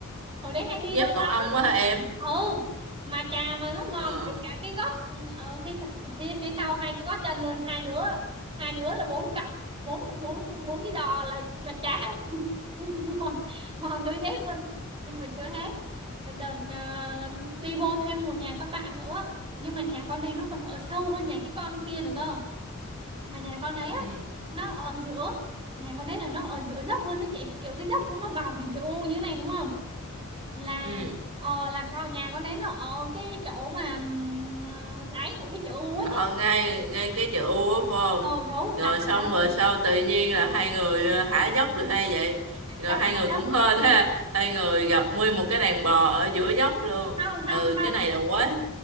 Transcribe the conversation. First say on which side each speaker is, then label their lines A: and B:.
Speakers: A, on the right; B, on the right.
A: hồi đấy hay đi
B: dép
A: đôi
B: tổ
A: đó
B: ong quá hả em
A: ừ mà chà mà nó mòn
B: ờ
A: hết cả cái gót ừ, ở phía, sa- phía phía sau hai cái gót chân luôn hai đứa hai đứa là bốn cặp bốn bốn bốn cái giò là là chà <laughs> mòn mòn đôi dép luôn nhưng mà chưa hết đợt ờ, đi vô thêm một nhà con bạn nữa nhưng mà nhà con này nó còn ở sâu hơn nhà cái con kia nữa cơ mà nhà con đấy
B: ừ
A: á nó ở giữa nhà con đấy là nó ở giữa dốc luôn đó chị kiểu cái dốc cũng nó vòng hình chữ U như thế này đúng không là
B: ừ
A: ờ là con nhà con đấy nó ở cái chỗ mà ừm, đáy của cái chữ U á
B: Ờ,
A: chị
B: ngay ngay cái chữ U á phải không
A: ờ đúng
B: rồi
A: đó
B: xong
A: đó
B: rồi sau tự nhiên là hai người ờ, thả dốc được hay vậy rồi
A: xong
B: hai
A: cả
B: người
A: dốc
B: cũng hên ha hai người gặp nguyên một cái đàn bò ở giữa dốc luôn
A: không không
B: ừ
A: không
B: cái này là quá